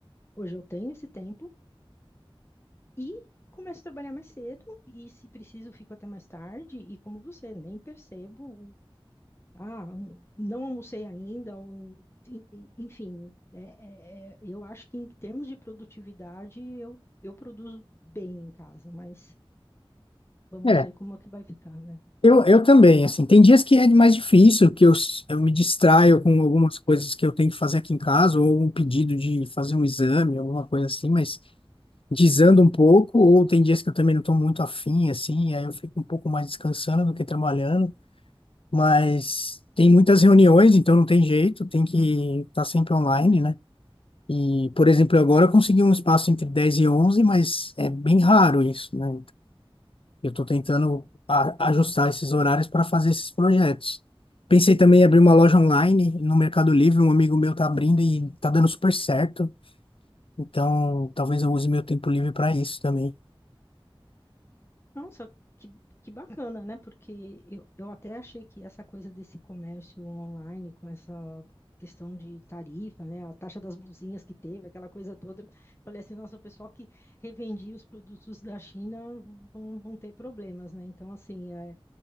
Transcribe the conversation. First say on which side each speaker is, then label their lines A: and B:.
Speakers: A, on the left (about 25°); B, on the left (about 70°).
A: Hoje eu tenho esse tempo, e começo a trabalhar mais cedo, e se preciso, fico até mais tarde, e como você, nem percebo, o- ah, n- não almocei ainda, ou n- en- en- enfim, é- é- é, eu acho que em termos de produtividade, eu, eu produzo bem em casa, mas vamos
B: É,
A: ver como é que vai ficar, né?
B: eu, eu também, assim, tem dias que é mais difícil, que eu, s- eu me distraio com algumas coisas que eu tenho que fazer aqui em casa, ou um pedido de fazer um exame, alguma coisa assim, mas desando um pouco, ou tem dias que eu também não estou muito afim, assim, e aí eu fico um pouco mais descansando do que trabalhando. mas tem muitas reuniões, então não tem jeito, tem que estar sempre online, né? E, por exemplo, agora eu consegui um espaço entre 10 e onze mas é bem raro isso, né? Eu estou tentando a- ajustar esses horários para fazer esses projetos. Pensei também em abrir uma loja online no Mercado Livre, um amigo meu está abrindo e está dando super certo. Então, talvez eu use meu tempo livre para isso também.
A: Nossa, que, que bacana, né? Porque eu, eu até achei que essa coisa desse comércio online, com essa questão de tarifa, né? A taxa das blusinhas que teve, aquela coisa toda. eu Falei assim, nossa, o pessoal que revendia os produtos da China vão, vão ter problemas, né? Então, assim, é,